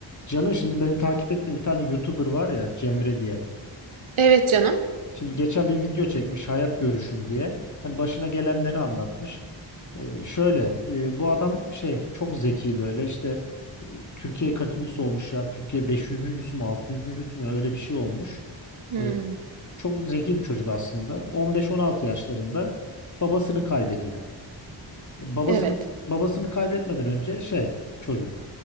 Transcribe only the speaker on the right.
Evet canım.
Hmm,
evet.